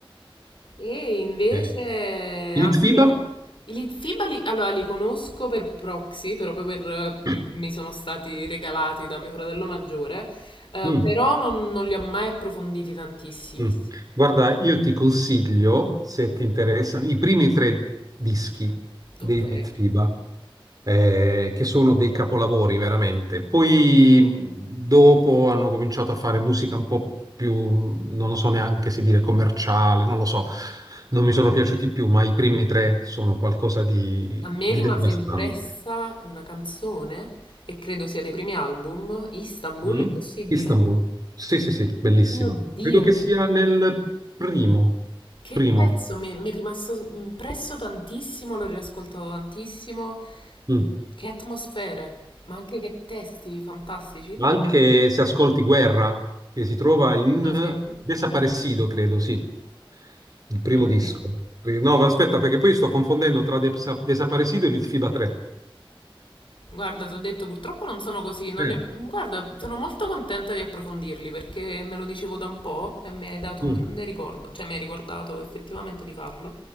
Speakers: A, on the left; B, on the right.
A: E invece
B: Eh, Litfiba?
A: anche i FIBA li, allora, li conosco per proxy, però poi per,
B: <clears throat>
A: mm, mi sono stati regalati da mio fratello maggiore, eh,
B: Mm.
A: però non, non li ho mai approfonditi tantissimi.
B: Mm. Guarda, io ti consiglio, se ti interessano, i primi tre dischi dei
A: Ok.
B: Mitfiba, eh, che sono dei capolavori veramente. Poi mh, dopo hanno cominciato a fare musica un po' più, non lo so neanche se dire commerciale, non lo so, non mi sono piaciuti più, ma i primi tre sono qualcosa di,
A: A me
B: di
A: rimase
B: devastante.
A: impressa una canzone, e credo sia dei primi album, Istanbul,
B: Mm?
A: è possibile?
B: Istanbul, sì, sì, sì, bellissima.
A: Mio Dio,
B: Credo che
A: che
B: sia nel primo,
A: Che
B: primo.
A: pezzo mi, mi è rimasto impresso tantissimo, l'ho riascoltato tantissimo.
B: Mm.
A: Che atmosfere, ma anche che testi fantastici. Ok,
B: ma anche se ascolti Guerra, che si trova
A: Me
B: in
A: lo segno,
B: Desaparecido, credo, sì, il primo
A: me lo
B: disco.
A: segno.
B: Eh, No, ma aspetta, perché poi sto confondendo tra Desa- Desaparecido e Litfiba 3.
A: Guarda, ti ho detto, purtroppo non sono così. non
B: Eh,
A: li ho- Guarda, sono molto contenta di approfondirli perché me lo dicevo da un po' e mi hai dato
B: mm,
A: un grande ricordo, cioè mi hai ricordato effettivamente di farlo.